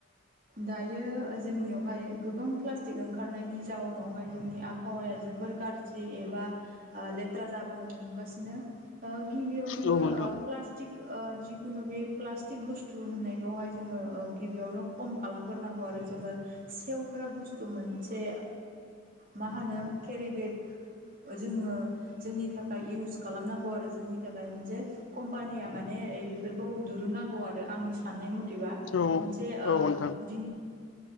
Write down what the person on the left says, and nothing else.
नोंथां औ नोंथां
औ
औ नोंथां